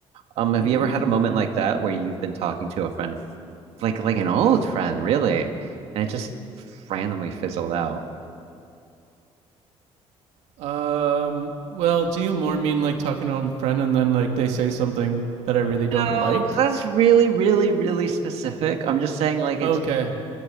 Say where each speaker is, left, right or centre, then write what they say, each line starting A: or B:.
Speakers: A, on the right (about 65°); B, on the right (about 85°).
A: Um, have
B: Mm-hmm.
A: you ever had a moment like that where you've been talking to a friend, f- like like an old friend, really, and it just randomly fizzled out?
B: Um. Well, do you more mean like talking to an old friend and then like they say something that I really don't
A: No,
B: like?
A: because that's really, really, really specific. I'm just saying, like, it
B: Okay.
A: just